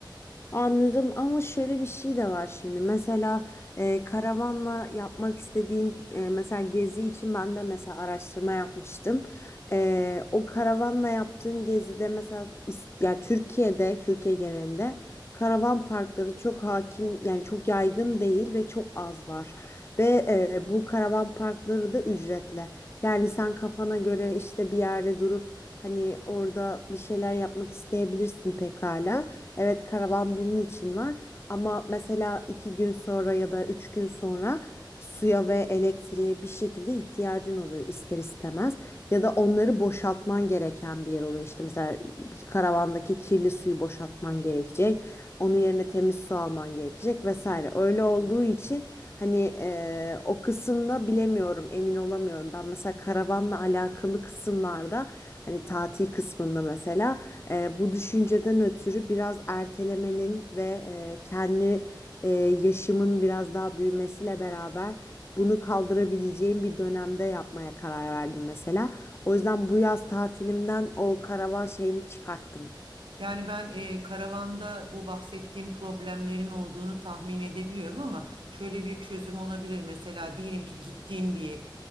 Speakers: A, on the left (about 30°); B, on the right (about 85°).
A: Anladım ama şöyle bir şey de var şimdi. Mesela e, karavanla yapmak istediğin e, mesela gezi için ben de mesela araştırma yapmıştım. E, o karavanla yaptığın gezide mesela is- ya Türkiye'de Türkiye genelinde karavan parkları çok hakim yani çok yaygın değil ve çok az var. Ve e, bu karavan parkları da ücretli. Yani sen kafana göre işte bir yerde durup Hani orada bir şeyler yapmak isteyebilirsin pekala. Evet karavan bunun için var ama mesela iki gün sonra ya da üç gün sonra suya ve elektriğe bir şekilde ihtiyacın oluyor ister istemez. Ya da onları boşaltman gereken bir yer oluyor. İşte mesela bir karavandaki kirli suyu boşaltman gerekecek. Onun yerine temiz su alman gerekecek vesaire. Öyle olduğu için hani e, o kısımda bilemiyorum, emin olamıyorum. Ben mesela karavanla alakalı kısımlarda hani tatil kısmında mesela e, bu düşünceden ötürü biraz ertelemenin ve e, kendi e, yaşımın biraz daha büyümesiyle beraber bunu kaldırabileceğim bir dönemde yapmaya karar verdim mesela. O yüzden bu yaz tatilimden o karavan şeyini çıkarttım.
B: Yani ben e, karavanda bu bahsettiğim problemlerin olduğunu tahmin edebiliyorum ama şöyle bir çözüm olabilir. Mesela diyelim ki gittiğin bir